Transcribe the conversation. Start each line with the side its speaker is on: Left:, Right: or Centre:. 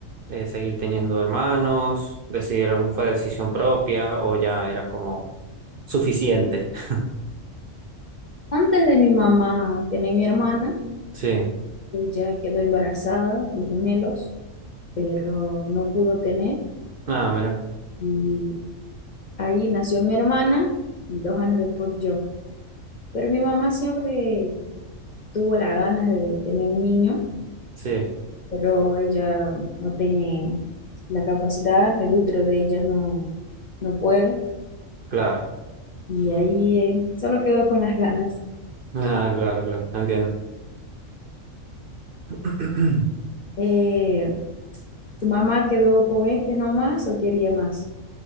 Right: eh, seguir teniendo hermanos? ¿Decidieron, fue decisión propia o ya era como suficiente? <laughs>
Left: Antes de mi mamá tenía mi hermana,
Right: Sí.
Left: ella quedó embarazada de gemelos, pero no pudo tener.
Right: Ah, mira.
Left: Y ahí nació mi hermana y dos años después yo. Pero mi mamá siempre tuvo las ganas de tener un niño,
Right: Sí,
Left: pero ella no tiene la capacidad, el útero de ella no, no puede.
Right: claro.
Left: Y ahí eh, solo quedó con las ganas.
Right: Ah, claro, claro. Entiendo. <clears throat>
Left: Eh, ¿tu mamá quedó con este nomás o quería más?